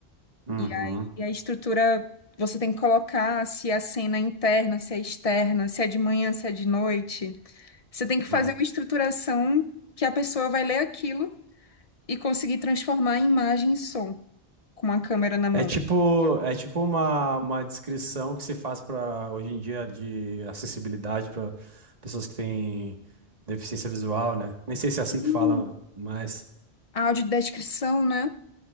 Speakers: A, on the right; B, on the left.
A: uhum,
B: E aí a estrutura, você tem que colocar se é a cena é interna, se é externa, se é de manhã, se é de noite. Você tem que fazer
A: uhum.
B: uma estruturação que a pessoa vai ler aquilo e conseguir transformar em imagem em som com a câmera na mão.
A: É tipo, é tipo uma, uma descrição que se faz para hoje em dia de acessibilidade para pessoas que têm deficiência visual, né? Nem sei se é assim
B: Sim.
A: que fala, mas
B: A audiodescrição, né?